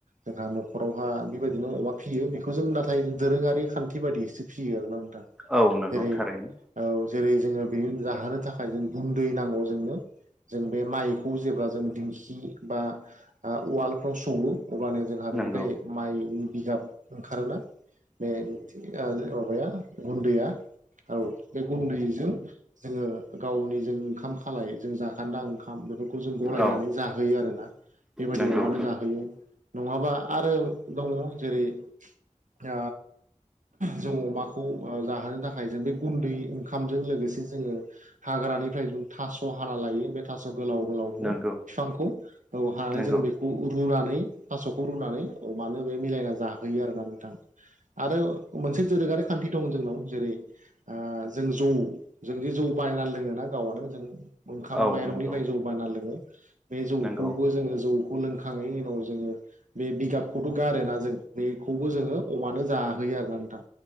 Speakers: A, on the right; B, in the centre.
A: जोंहा न'खरावहा बेबायदिनो अमा फियो बेखौ जों दा थाय दोरोङारि खान्थि बायदिसो फियो आरोना नोंथां
B: औ नंगौ
A: जेरै
B: थारैनो
A: औ जेरै जोङो बेनि जाहोनो थाखाय जों गुन्दै नांगौ जोंनो जों बे माइखौ जेब्ला जों दिंखि बा उवाल सौवो अब्लानो जोंहा बेनिफ्राय
B: नंगौ
A: माइ बिगाब ओंखारोना बे माबाया गुन्दैया औ बे गुन्दैजों जोङो गावनि जों ओंखाम खालाय जों जाखान्दा ओंखाम ओंखाम बेफोरखौ जों गलायनानै
B: औ
A: जाहोयो आरोना बेबायदि
B: नंगौ
A: अमानो जाहोयो नङाबा आरो दङ जेरै अ जों अमाखौ जाहोनो थाखाय जों बे गुन्दै ओंखामजों लोगोसे जोङो हाग्रानिफ्राय जों थास' हाना लायो बे थास' गोलाव गोलावखौ
B: नंगौ
A: बिफांखौ औ हानानै
B: नंगौ
A: जों बे खौ रुनानै थास'खौ रुनानै मानो बे मिलायना जाहोयो आरोना नोंथां आरो मोनसे दोरोङारि खान्थि दं जोंनाव जेरै जों जौ जों बे जौ बायना लोङोना गावआनो जों ओंखाम
B: औ
A: माइरंनिफ्राय
B: नंगौ
A: जौ बानायनाय लोङो बे जौखौबो
B: नंगौ
A: जोङो जौ लोंखांनायनि उनाव जोङो बे बिगाबखौथ' गारो ना जों बेखौबो जोङो अमानो जाहोयो आरोना नोंथां